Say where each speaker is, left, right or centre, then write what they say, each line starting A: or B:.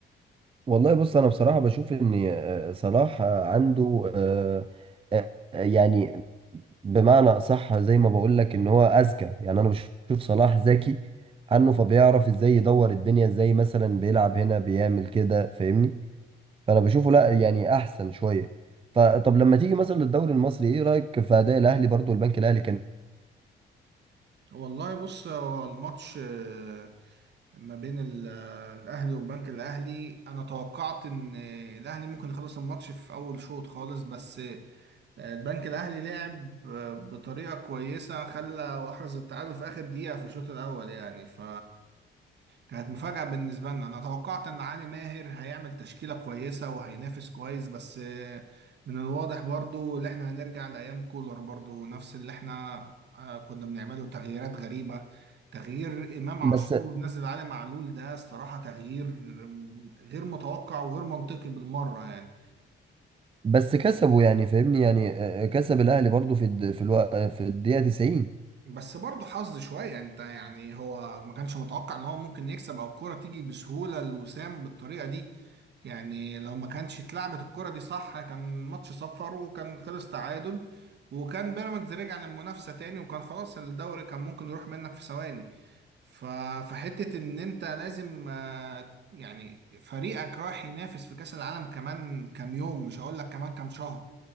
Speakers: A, on the right (about 25°); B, on the right (about 60°).
A: والله بص انا بصراحه بشوف ان آه، صلاح آه، عنده آه، آه، يعني بمعنى أصح زي ما بقول لك إن هو أذكى يعني أنا بشوف صلاح ذكي عنه فبيعرف إزاي يدور الدنيا إزاي مثلا بيلعب هنا بيعمل كده فاهمني فأنا بشوفه لا يعني أحسن شوية فطب لما تيجي مثلا للدوري المصري إيه رأيك في أداء الأهلي برضو البنك الأهلي كان
B: والله بص هو الماتش آه، ما بين ال- الاهلي والبنك الاهلي انا توقعت ان الاهلي ممكن يخلص الماتش في اول شوط خالص بس آه، البنك الاهلي لعب آه، بطريقه كويسه خلى احرز التعادل في اخر دقيقه في الشوط الاول يعني ف كانت مفاجأة بالنسبة لنا أنا توقعت إن علي ماهر هيعمل تشكيلة كويسة وهينافس كويس بس آه، من الواضح برضو اللي إحنا هنرجع لأيام كولر برضو نفس اللي إحنا آه، كنا بنعمله تغييرات غريبة تغيير إمام عاشور
A: بس
B: ونزل علي معلول ده الصراحة تغيير آم، غير متوقع وغير منطقي بالمرة يعني
A: بس كسبوا يعني فاهمني يعني آه، كسب الأهلي برضو في الد... في الو... آه، في الدقيقة 90
B: بس برضه حظ شوية يعني. انت يعني هو ما كانش متوقع ان هو ممكن يكسب او الكرة تيجي بسهولة لوسام بالطريقة دي يعني لو ما كانش اتلعبت الكرة دي صح كان ماتش صفر وكان خلص تعادل وكان بيراميدز رجع للمنافسة تاني وكان خلاص الدوري كان ممكن يروح منك في ثواني ف- فحتة ان انت لازم آه، يعني فريقك رايح ينافس في كأس العالم كمان كام يوم مش هقول لك كمان كام شهر